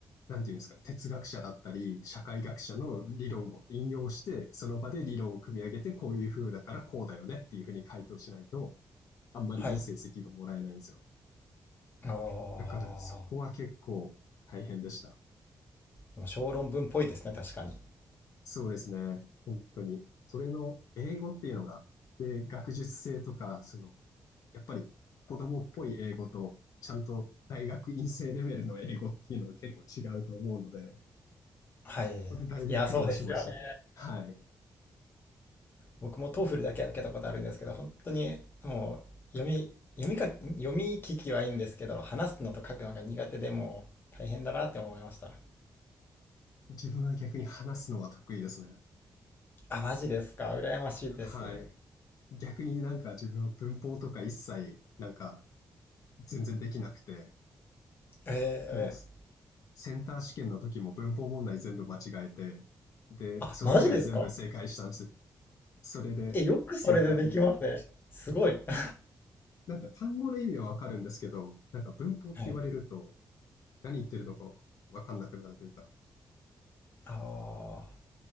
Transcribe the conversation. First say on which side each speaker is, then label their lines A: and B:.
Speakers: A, on the left; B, on the left.
A: なんていうんですか、哲学者だったり、社会学者の理論を引用して、その場で理論を組み上げて、こういう風だからこうだよねっていう風に回答しないと、あんまりいい成績がもらえないんですよね。
B: はい。ああ、
A: だからそこは結構大変でした。
B: でも小論文っぽいですね、確かに。
A: そうですね。本当に。それの英語っていうのが、で、学術性とか、その、やっぱり子供っぽい英語と、ちゃんと大学院生レベルの英語っていうのは結構違うと思うので、
B: はい。
A: ここでだいぶ苦労しました。
B: いや、そうですよね。
A: はい。
B: 僕も TOEFL だけは受けたことあるんですけど、本当にもう読み、読み書き、読み聞きはいいんですけど、話すのと書くのが苦手でもう大変だなって思いました。
A: 自分は逆に話すのは得意ですね。
B: あ、マジですか。羨ましいです。
A: はい。逆になんか自分は文法とか一切、なんか全然できなくて、
B: え
A: もう
B: え。
A: センター試験の時も文法問題全部間違えて、で、
B: あ、
A: それ以外全部正解したんです
B: マジですか
A: それでセンターに。
B: え、よくそれでできますね。すごい。<laughs>
A: なんか単語の意味はわかるんですけど、なんか文法って言われると
B: はい。
A: 何言ってるのかわかんなくなるというか、
B: ああ、